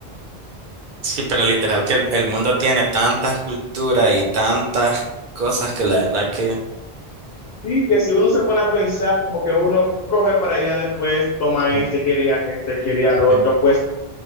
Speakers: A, on the right; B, on the left.
A: Sí, pero literal que el, el mundo tiene tantas culturas y tantas cosas que la verdad que...
B: Sí, que si uno se pone a pensar, como que uno coge para allá después, toma
A: Sí,
B: este, quiere ir a este, quiere ir
A: sí.
B: al otro, pues.